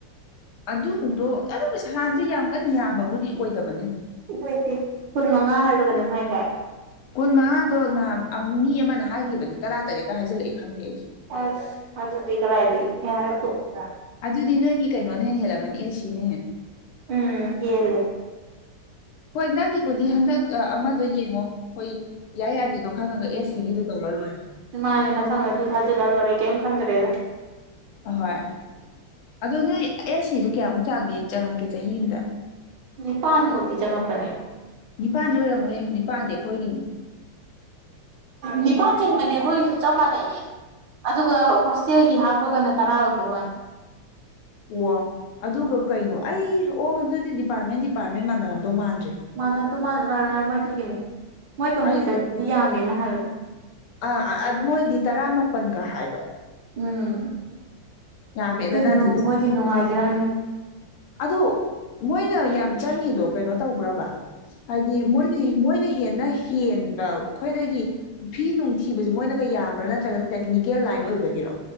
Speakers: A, on the left (about 80°); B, on the right (about 65°).
A: ꯑꯗꯨꯗꯣ ꯑꯗꯨ ꯄꯩꯁꯥꯗꯤ ꯌꯥꯝ ꯀꯟ ꯌꯥꯝꯕꯕꯨꯗꯤ ꯑꯣꯏꯗꯕꯅꯦ ꯑꯗꯨꯝ
B: ꯑꯣꯏꯗꯦ ꯀꯨꯟꯃꯉꯥ ꯍꯥꯏꯕ꯭ꯔ ꯀꯩꯅꯣꯝ ꯍꯥꯏꯗꯥꯏ꯫
A: ꯀꯨꯟꯃꯉꯥꯗꯣ ꯅꯍꯥꯟ ꯑꯝ ꯃꯤ ꯑꯃꯅ ꯍꯥꯏꯈꯤꯕꯗꯤ ꯇꯔꯥ ꯇꯔꯦꯠꯀ ꯍꯥꯏꯖꯜꯂꯛꯑꯦ ꯈꯪꯗꯦ ꯑꯩꯁꯨ꯫
B: ꯑꯁ ꯊꯥꯖꯗꯦ ꯀꯔꯥꯏꯗꯩ ꯌꯥꯔꯦ ꯇꯣꯛꯑꯣ꯫
A: ꯑꯗꯨꯗꯤ ꯅꯣꯏꯒꯤ ꯀꯩꯅꯣꯅ ꯍꯦꯟꯅ ꯍꯦꯜꯂꯝꯃꯅꯤ ꯑꯦꯁ ꯁꯤꯅ ꯍꯦꯟ꯫
B: ꯎꯝ ꯍꯦꯜꯂꯦ꯫
A: ꯍꯣꯏ ꯅꯪꯒꯤꯕꯨꯗꯤ ꯍꯟꯗꯛ ꯑꯃꯗꯣ ꯌꯦꯡꯉꯣ ꯍꯣꯏ ꯌꯥꯏ ꯌꯥꯗꯦꯗꯣ ꯈꯪꯉꯒ ꯑꯦꯁ ꯁꯤꯒꯤꯗꯨ ꯇꯧꯔ ꯂꯣꯏꯔꯦ꯫
B: ꯃꯥꯅꯤ ꯃꯊꯪ ꯑꯗꯨ ꯊꯥꯖꯤꯜꯂ ꯂꯣꯏꯔꯦ ꯀꯩꯝ ꯈꯟꯗ꯭ꯔꯦꯗ꯫
A: ꯑꯍꯣꯏ ꯑꯗꯣ ꯅꯣꯏ ꯑꯦꯁ ꯁꯤꯗꯨ ꯀꯌꯥꯃꯨꯛ ꯆꯥꯡꯒꯤ ꯆꯪꯉꯛꯀꯦ ꯆꯍꯤ ꯑꯝꯗ
B: ꯅꯤꯄꯥꯟ ꯃꯨꯛꯇꯤ ꯆꯪꯉꯛ ꯄꯅꯦ꯫
A: ꯅꯤꯄꯥꯥꯟꯗꯤ ꯑꯣꯏꯔꯝꯃ‌ꯣꯏꯍꯦ ꯅꯤꯄꯥꯥꯟꯗꯤ ꯑꯩꯈꯣꯏꯒꯤꯅꯤ
B: ꯅꯤꯄꯥꯟ ꯆꯪꯕꯅ‌ꯦ ꯑꯈ‌ꯣꯏꯁꯨ ꯆꯞ ꯃꯥꯟꯅꯩꯌꯦ ꯑꯗꯨꯒ ꯍꯣꯁꯇꯦꯜꯒꯤ ꯍꯥꯞꯄꯒꯅ ꯇꯔꯥ ꯑꯣꯏꯕꯣꯏ ꯋꯥꯅꯤ
A: ꯋꯥ ꯑꯗꯨꯒ ꯀꯩꯅꯣ ꯑꯩ ꯑꯣ ꯑꯗꯨꯗꯤ ꯗꯤꯄꯥꯔꯠꯃꯦꯟ ꯗꯤꯄꯥꯔꯠꯃꯦꯟ ꯃꯥꯟꯅꯔꯝꯗ‌ꯧ ꯃꯥꯟꯗ꯭ꯔꯦ
B: ꯃꯥꯟꯅꯗꯨ ꯃ ꯃꯥꯟꯅꯔꯝꯃ‌ꯣꯏ ꯗꯨꯒꯤꯅꯤ ꯃꯣꯏ ꯀꯝꯄ꯭ꯌꯨꯇꯔꯒꯤꯗꯤ
A: ꯑꯩ
B: ꯌꯥꯝꯃꯦꯅ ꯍꯥꯏꯕꯅꯦ
A: ꯑꯥ ꯑ ꯃꯣꯏꯗꯤ ꯇꯔꯥꯃꯄꯟꯒ ꯍꯥꯏꯕ
B: ꯎꯝ
A: ꯌꯥꯝꯃꯦꯗꯅ
B: ꯀꯩꯅ‌ꯣ
A: ꯑꯗꯨꯗꯤ
B: ꯃꯣꯏꯗꯤ ꯅꯨꯡꯉꯥꯏꯖꯔꯝꯅꯤ
A: ꯑꯗꯣ ꯃꯣꯏꯅ ꯌꯥꯝ ꯆꯪꯉꯤꯗꯣ ꯀꯩꯅꯣ ꯇꯧꯕ꯭ꯔꯕ ꯍꯥꯏꯗꯤ ꯃꯣꯏꯒꯤ ꯃꯣꯏꯅ ꯍꯦꯟꯅ ꯍꯦꯟꯅ ꯈ‌ꯣꯏꯗꯒꯤ ꯐꯤ ꯅꯨꯡꯊꯤꯕꯁꯦ ꯃꯣꯏꯅꯒ ꯌꯥꯝꯕ꯭ꯔꯥ ꯅꯠꯇ꯭ꯔꯒꯅ ꯇꯦꯛꯅꯤꯀꯦꯜ ꯂꯥꯏꯟ ꯑꯣꯏꯕꯒꯤꯔꯣ